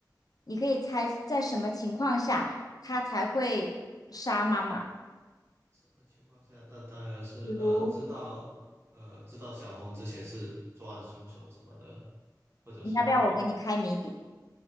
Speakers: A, on the left; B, on the right.
A: 你可以猜在什么情况下他才会杀妈妈。
B: 什么情况下？那当然是呃，
A: 比如，
B: 知道呃，知道小红之前是作案凶手什么的，或者说，
A: 你要不要我给你开谜底？